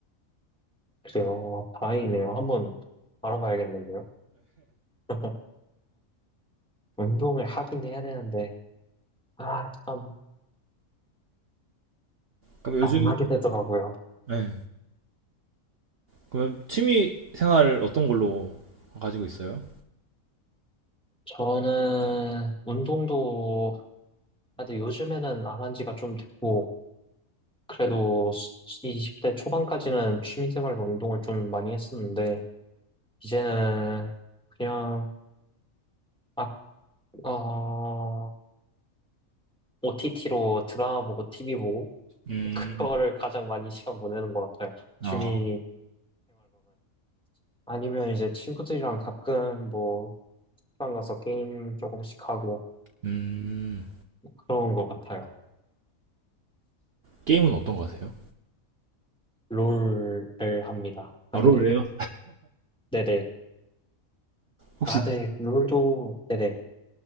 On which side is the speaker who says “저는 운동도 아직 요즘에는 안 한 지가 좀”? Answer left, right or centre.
Centre